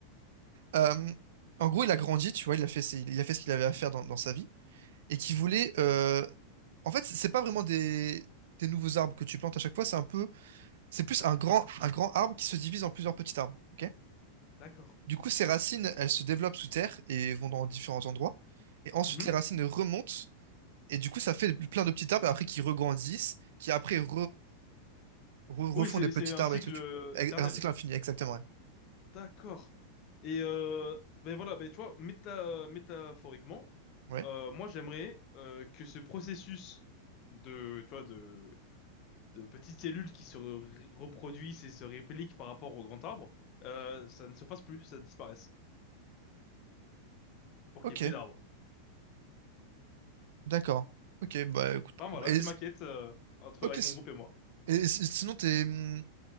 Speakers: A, on the right (about 55°); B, on the left (about 40°).
A: Euh, en gros, il a grandi, tu vois, il a fait, ses- il a fait ce qu'il avait à faire dans, dans sa vie et qui voulait. euh, En fait, c'est c'est pas vraiment des, des nouveaux arbres que tu plantes à chaque fois, c'est un peu, c'est plus un grand, un grand arbre qui se divise en plusieurs petits arbres. ok
B: D'accord.
A: du coup, ses racines, elles se développent sous terre et vont dans différents endroits. Et ensuite,
B: Mhm.
A: les racines remontent et du coup, ça fait plein de petits arbres après qui regrandissent, qui après re Re- Refont
B: Oui, c'est,
A: des petits
B: c'est un
A: arbres
B: cycle
A: et tout. tu-
B: euh,
A: ex-
B: éternel.
A: Un cycle infini, exactement. Ouais.
B: D'accord. Et euh, ben voilà, ben tu vois, méta, métaphoriquement,
A: Ouais.
B: euh, moi j'aimerais euh, que ce processus de, tu vois, de, de petites cellules qui se re- reproduisent et se répliquent par rapport au grand arbre, euh, ça ne se fasse plus, ça disparaisse. pour
A: Ok.
B: qu'il y ait plus d'arbres.
A: D'accord. Ok. Bah écoute. pourquoi
B: Enfin voilà,
A: pas. Et,
B: c'est ma quête euh, entre
A: ok.
B: avec
A: s-
B: mon groupe et moi.
A: Et, s- sinon, t'es, hum,